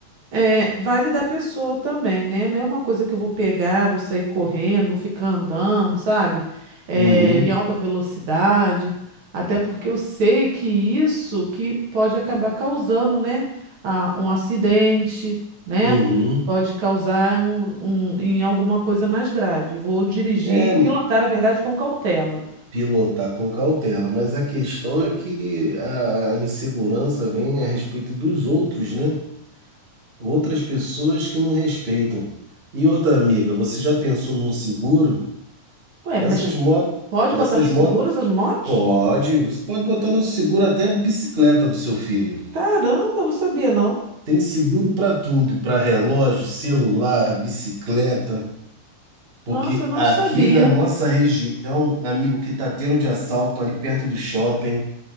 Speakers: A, on the right (about 50°); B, on the right (about 75°).
A: é, vale da pessoa também, né? Não é uma coisa que eu vou pegar, vou sair correndo, vou ficar andando, sabe? É,
B: Uhum,
A: em alta velocidade. Até porque eu sei que isso que pode acabar causando, né? ah, um acidente, né?
B: uhum.
A: Pode causar um, um- em alguma coisa mais grave. Vou dirigir,
B: É
A: pilotar, na verdade, com cautela.
B: pilotar com cautela, mas a questão é que a a insegurança vem a respeito dos outros, né? Outras pessoas que não respeitam. E outra amiga, você já pensou num seguro?
A: Ué,
B: Essas
A: mas
B: motos,
A: Pode
B: essas
A: botar no
B: motos,
A: seguro essas motos?
B: pode, você pode botar no seguro até a bicicleta do seu filho.
A: Caramba, não sabia não.
B: Tem seguro para tudo, para relógio, celular, bicicleta, porque
A: Nossa, eu não
B: aqui
A: sabia.
B: na nossa região, amigo, que tá tendo de assalto ali perto do shopping,